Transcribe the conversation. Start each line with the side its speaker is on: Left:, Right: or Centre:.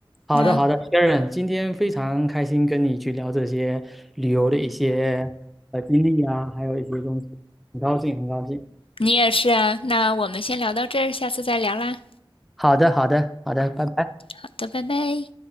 Centre: 好的好的，Sharon，
Left: 那
Centre: 今天非常开心跟你去聊这些旅游的一些呃经历啊，还有一些东西，很高兴很高兴。
Left: 你也是啊，那我们先聊到这儿，下次再聊啦。
Centre: 好的好的好的，拜拜。
Left: 好的，拜拜。